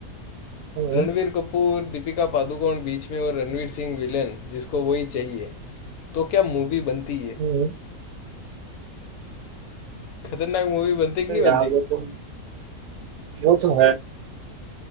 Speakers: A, on the right; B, on the left.
A: हम्म
B: रणवीर कपूर दीपिका पादुकोण बीच में और रणवीर सिंह विलेन जिसको वही चाहिए तो क्या मूवी बनती है
A: हम्म।
B: खतरनाक मूवी बनती कि
A: तो
B: नहीं
A: यार
B: बनती
A: वो तो वो तो है